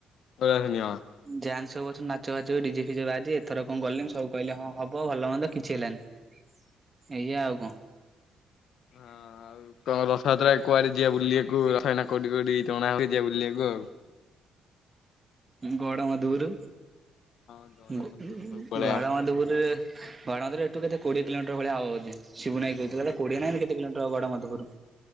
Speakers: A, on the left (about 70°); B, on the right (about 25°).
A: <unintelligible>
B: ଯାହାନ ସବୁ ବର୍ଷ ନାଚ ଫାଚ ଡିଜେ ଫିଜେ ବାଜେ ଏଥର କଣ ଗଲେଣିି ସବୁ କହିଲେ ହଁ ହବ ଭଲ ମନ୍ଦ କିଛି ହେଲାନି। ଏଇୟା ଆଉ କଂ
A: ହଁ। ଆଉ ତମ ରଥଯାତ୍ରା କୁଆଡେ ଯିବା ବୁଲିବାକୁ ରଥ ୟାନା କୋଉଠି କୋଉଠି ଟଣା ହେଉଚି ଯିବା ବୁଲିବାକୁ। କୁ ଆଉ।
B: ଗଡ଼ମଧୁପୁରୁ
A: ହଁ ଗଡମଧୁପୁର
B: ଗ ଗୁ
A: ସବୁ ପଳେଇବା
B: ଗଡମଧୁପୁରୁରେ ଗଡମଧୂପୁରୁ ଏଠୁ କେତେ କୋଡିଏ କିଲୋମିଟର ଭଳିଆ ହବ ବଧେ ଶିବୁନ ଆଇ କୋହୁଥିଲା ତ କୋଡିଏ ନା ଏମ୍ କେତେ କିଲୋମିଟର ଗଡମଧୂପୁରୁ।